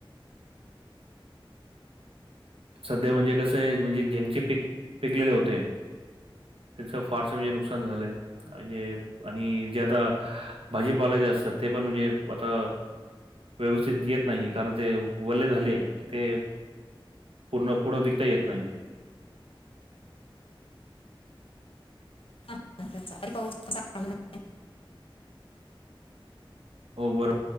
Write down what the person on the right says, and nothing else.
सध्या म्हणजे कसं आहे म्हणजे ज्यांचे पिक पिकलेले होते. त्यांचं फारसं म्हणजे नुकसान झालंय. म्हणजे आणि जे आता भाजीपाला जे असतात ते पण म्हणजे आता व्यवस्थित येत नाही कारण ते वरले झाले की ते पूर्ण पुढं विकता येत नाही.
हो बर.